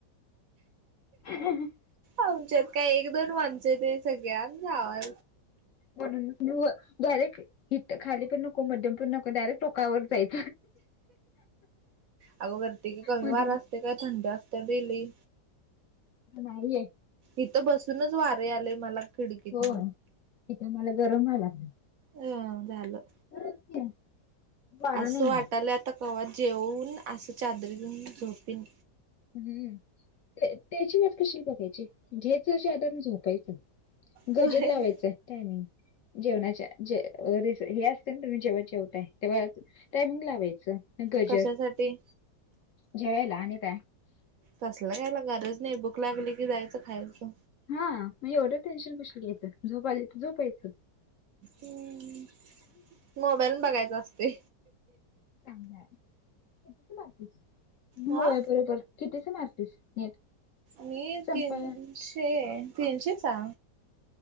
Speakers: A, on the left (about 60°); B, on the right (about 65°).
A: <unintelligible>
B: आमच्यात काय एक दोन माणसं आहेत होय सगळ्यात जा
A: म्हणून मी डायरेक्ट हितं खाली पण नको मध्यम पण नको डायरेक्ट टोकावर जायच.
B: अगं वरती काय कमी
A: मधी
B: वारं असते काय थंडी असत्या बाई लई.
A: बाई आहे.
B: इथं बसूनच वार यायलय मला खिडकीत.
A: होय इथे मला गरम व्हाय लागलाय.
B: अ झालं.
A: खरच की. वारा
B: असं
A: नाहीये.
B: वाटालंय आता कवा हा जेवून असं चादरी घेऊन झोपीन.
A: हम्म. त्या त्याची वाट कशाला बघायची घ्यायची चादर आणि झोपायचं. गजर
B: होय
A: लावायचा. टायमिंग जेवणाच्या जे र हे असते ना तुम्ही जेव्हा जेवताय तेव्हा. <unintelligible> टायमिंग लावायचं गजर
B: कशासाठी?
A: जेवायला आणि काय.
B: तसल कायला गरज नाही भुक लागली की जायचं खायचं
A: हा मग एवढं टेन्शन कशाला घेत्यास झोप आली तर झोपायचं.
B: हम् मोबाईलन बघायचा असतय.
A: चां कितीच मारतीस
B: हा
A: होय बरोबर कितीच मारतीस नेट?
B: मी
A: संपा
B: तीनशे तीनशे चा.